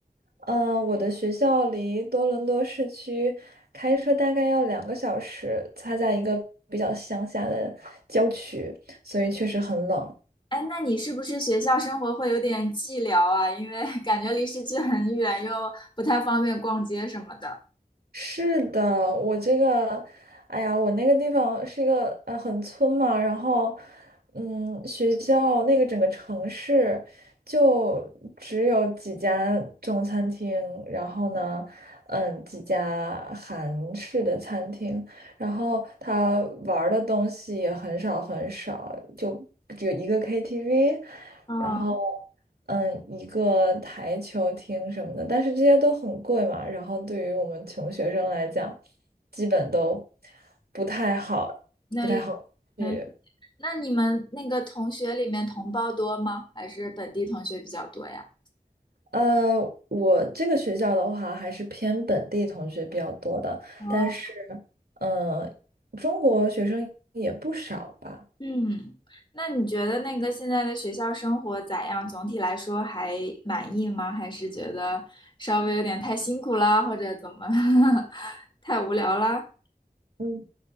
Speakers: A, on the right; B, on the left.
A: 呃，我的学校离多伦多市区开车大概要两个小时，它在一个比较乡下的郊区，所以确实很冷。
B: 哎，那你是不是学校生活会有点寂寥啊？因为 <laughs> 感觉离市区很远，又不太方便逛街什么的。
A: 是的，我这个，哎呀，我那个地方是一个呃很村嘛，然后，嗯，学校那个整个城市就只有几家中餐厅，然后呢，嗯，几家韩式的餐厅，然后他玩儿的东西也很少很少，就只有一个 KTV，
B: 哦，
A: 然后嗯，一个台球厅什么的，但是这些都很贵嘛，然后对于我们穷学生来讲，基本都不太好，
B: 那里，
A: 不太好去。
B: 那里，那你们那个同学里面同胞多吗？还是本地同学比较多呀？
A: 呃，我这个学校的话，还是偏本地同学比较多的，
B: 哦，
A: 但是嗯，中国学生也不少吧。
B: 嗯，那你觉得那个现在的学校生活咋样？总体来说还满意吗？还是觉得稍微有点太辛苦啦，或者怎么，<laughs> 太无聊啦？
A: 嗯。